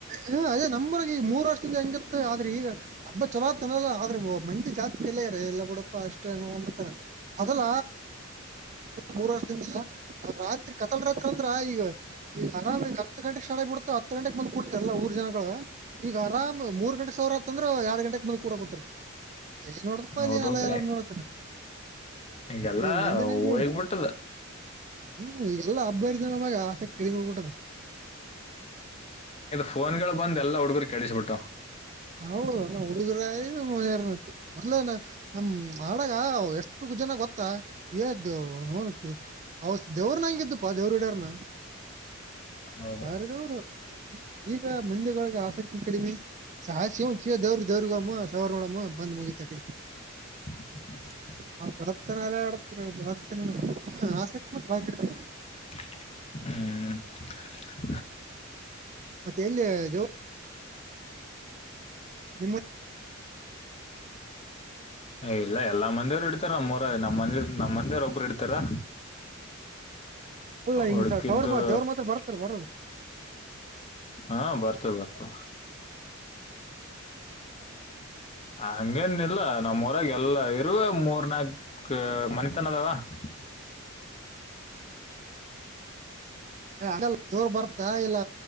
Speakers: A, on the right; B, on the left.
A: ಹ ಅದೇ ನಮ್ಮರಗೆ ಈಗ ಮೂರು ವರ್ಷದಿಂದ ಹೆಂಗತ್ತು ಆದ್ರೆ ಈಗ ಹಬ್ಬ ಚೊಲೋತನಲ್ಲ ಆದ್ರೆ ಮಂದಿ ಜಾಸ್ತಿ. ಲ್ಲಾರ ಎಲ್ಲ ಬಿುಡಪ್ಪ ಅಷ್ಟೇನು ಅಂಬತಾರ ಮೊದಲ ಮೂರ್ ವರ್ಷದ ಹಿಂದೆ. ರಾತ್ರಿ ಕತ್ತಲ್ ರಾತ್ರಿ ಅಂದ್ರ ಈಗ ಈಗ ಅರಾಮ ಈಗ ಹತ್ತು ಗಂಟೆಗೆ ಸ್ಟಾಟ್ ಆಗಿ ಬಿಡತ ಹತ್ತು ಗಂಟೆಗೆ ಬಂದ್ ಕೊಡ್ತ. ಎಲ್ಲಾ ಊರ್ ಜನಗಳು ಈಗ ಆರಾಮ್ ಮೂರ್ ಗಂಟೆ ಸಾವರತ್ ಅಂದ್ರೆ ಎರಡ್ ಗಂಟೆಗೆ ಬಂದ ಕುಡಕುಂತರ ಎಷ್ಟ ನೋಡತಪ್ಪ ಅಲ್ಲಿ
B: ಹೌದೌದು
A: ನಲ ಎಲ್ಲ ನೋಡತಾರ.
B: ಈಗೆಲ್ಲಾ
A: ಈಗ ಮಂದಿ
B: ಹೋಗ್ಬಿಟ್ಟದ
A: ನಂಗೆ ಹ್ಮ್ ಈಗೆಲ್ಲಾ ಹಬ್ಬ ಹರಿ ನಮಗೆ ಆಸಕ್ತಿ. ಕಡಿಮೆ ಆಗಿ ಬಿಟ್ಟದ
B: ಫೋನ್ ಗಳು ಬಂದ ಎಲ್ಲ ಹುಡುಗರು ಕೆಡಿಸ್ಬಿಟ್ಟವ.
A: ಹೌದು ಹುಡುಗರ ಮೊದ್ ನಮ ಮೊದಲ ಮಾಡಾಗ ಎಷ್ಟ. ಒ ಜನ ಗೊತ್ತಾ ಏ ದೇವ ಹನು ದೇವ್ರ ನಂಗಿದ್ದು. ಪ ದೇವರ ಹಿಡರನ
B: ಹೌದು
A: ಮಾರದವರು ಈಗ ಮಂದಿಗಳಗೆ ಆಸಕ್ತಿ ಕಡಿಮೆ. ಆ ಶಿವ ಶಿವ ದವ್ರ ದವ್ರಗಮ್ಮ ಸವಾರ ನೋಡಮ್ಮ ಬಂದ್ ಮುಗತ ಕಡೆ.
B: ಹ
A: ಹ ಬೆಡ ನಾಲೆ ಅಡ ಬೆಡತ್ತಿನ ಆಸಕ್ತಿ ಬಹಳ ಕಡಿಮೆ.
B: ಹ್ಮ್
A: ಮತ್ತೆ ಎಲ್ಲಿ ದೇವ ಅ ಮ
B: ಇಲ್ಲ ಎಲ್ಲಾ ಮಂದಿಯವ್ರು ಇಡ್ತಾರ ನಮ್ಮವರ ನಮ್ಮ ಮಂದ ನಮ್ಮ ಮಂದಿಯವ್ರ ಒಬ್ರು ಇಡ್ತಾರ.
A: ಅಲ್ಲ ಹಿಂಗ್
B: ಉಳಿಕಿದ್ದು.
A: ಸವರ್ ದೇವ್ರ ಮಾತ್ರ ಬರ್ತಲ್ಲ ಬರೋದು
B: ಹಾ ಬರ್ತ ಬರ್ತು. ಹಂಗೇನ್ ಇಲ್ಲ ನಮ್ಮ್ ಉರಾಗ ಎಲ್ಲ ಇರುವ ಮೂರ್ ನಾಕ್ ಮನಿತನ ಅದಾವ. ಹ
A: ಯ ಆಗಲ್ಲ ದೇವರ ಬರ್ತಾ ಇಲ್ಲ